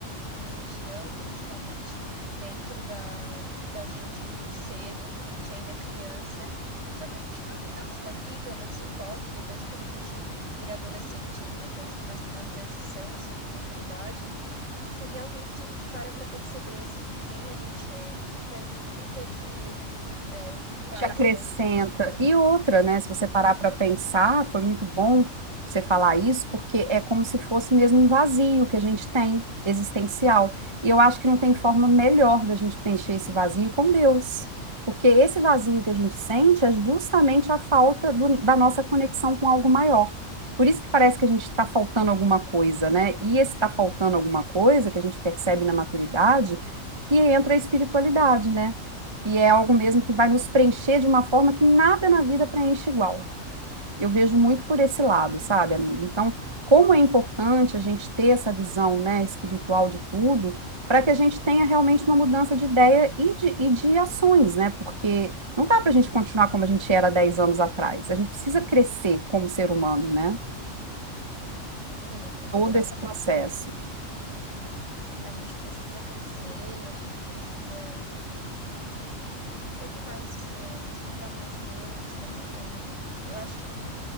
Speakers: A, on the right (about 65°); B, on the right (about 25°).
A: a religião, principalmente, dentro da, da gente muito cedo, quando a gente ainda é criança, só que a gente não, não, se- não liga, não se importa, e depois, quando a gente vira adolescente, e depois na, na transição, assim, de maturidade, que realmente a gente para para perceber, assim, quem a gente é, o que que, é- o que, que aquilo é, traz
B: te acrescenta.
A: pra gente, né?
B: E outra, né? Se você
A: O que
B: parar
A: que é...
B: para pensar, foi muito bom você falar isso, porque é como se fosse mesmo um vazio que a gente tem, existencial. E eu acho que não tem forma melhor da gente preencher esse vazio com Deus. Porque esse vazio que a gente
A: Hum,
B: sente é justamente a falta do- da nossa conexão com algo maior. Por isso que parece que a gente está faltando alguma coisa, né? E esse está faltando alguma coisa que a gente percebe na maturidade, que entra a espiritualidade, né? que é algo mesmo que vai nos preencher de uma forma que nada na vida preenche igual. Eu vejo muito por esse lado, sabe, amiga? Então, como é importante a gente ter essa visão, né, espiritual de tudo, para que a gente tenha realmente uma mudança de ideia e de, e de ações, né? Porque não dá para a gente continuar como a gente era 10 anos atrás. A gente precisa crescer como ser humano, né?
A: Sim, amiga,
B: Todo
A: exatamente,
B: esse processo.
A: a gente precisa A gente precisa crescer e a gente precisa ouvir mais, é, escutar mais Deus. É, na- é, na- eu acho que